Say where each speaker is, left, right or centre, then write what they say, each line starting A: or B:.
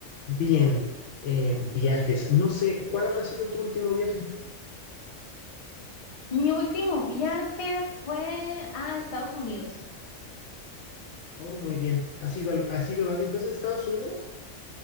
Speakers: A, on the left; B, on the left.
A: Bien, eh, viajes. No sé, ¿cuál habrá sido tu último viaje?
B: Mi último viaje fue a Estados Unidos.
A: Oh, muy bien. ¿Has ido, al- has ido varias veces a Estados Unidos?